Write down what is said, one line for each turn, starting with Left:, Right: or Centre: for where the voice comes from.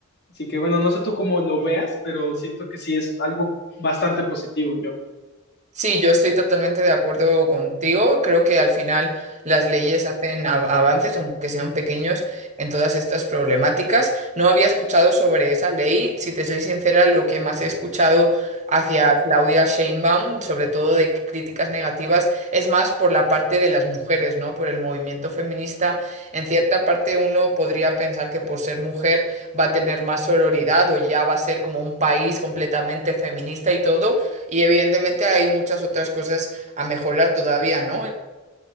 Left: así que bueno, no sé tú cómo lo veas, pero siento que sí es algo bastante positivo, yo.
Right: Sí, yo estoy totalmente de acuerdo contigo. Creo que al final las leyes hacen av- avances, aunque sean pequeños, en todas estas problemáticas. No había escuchado sobre esa ley. Si te soy sincera, lo que más he escuchado hacia Claudia Sheinbaum, sobre todo de críticas negativas, es más por la parte de las mujeres, ¿no? Por el movimiento feminista. En cierta parte uno podría pensar que por ser mujer va a tener más sororidad o ya va a ser como un país completamente feminista y todo y evidentemente hay muchas otras cosas a mejorar todavía, ¿no?